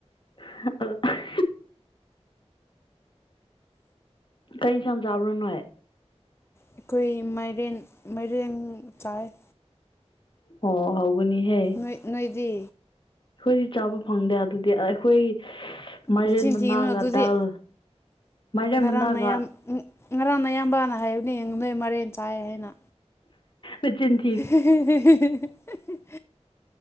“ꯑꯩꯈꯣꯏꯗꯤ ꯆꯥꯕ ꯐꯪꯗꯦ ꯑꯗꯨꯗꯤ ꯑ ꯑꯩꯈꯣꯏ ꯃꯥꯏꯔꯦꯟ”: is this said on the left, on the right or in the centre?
Left